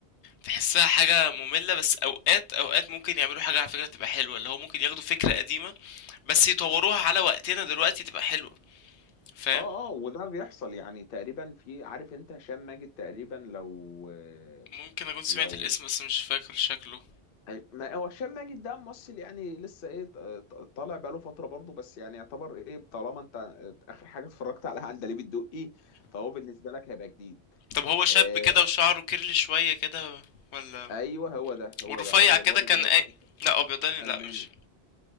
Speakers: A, on the left (about 85°); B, on the left (about 60°).
A: تحسها حاجة مملة بس اوقات اوقات ممكن يعملوا حاجة على فكرة تبقى حلوة اللي هو ممكن ياخدوا فكرة قديمة بس يطوروها على وقتنا دلوقتي تبقى حلوة فاهم
B: اه اه وده بيحصل يعني تقريبا في عارف انت هشام ماجد تقريبا لو آه،
A: ممكن اكون سمعت
B: لو
A: الاسم بس مش فاكر شكله
B: أي- ما هو هشام ماجد ده ممثل يعني لسه ايه ط- ط- طالع بقاله فتره برضه بس يعني يعتبر ايه طالما انت اخر حاجه اتفرجت عليها عندليب الدقي فهو بالنسبه لك هيبقى جديد
A: طب هو شاب
B: آه
A: كده وشعره كيرلي شوية كده ولا
B: ايوه هو ده هو
A: ورفيع
B: ده ابيضاني
A: كده كان
B: كده
A: اي لا ابيضاني
B: الماني
A: لا مش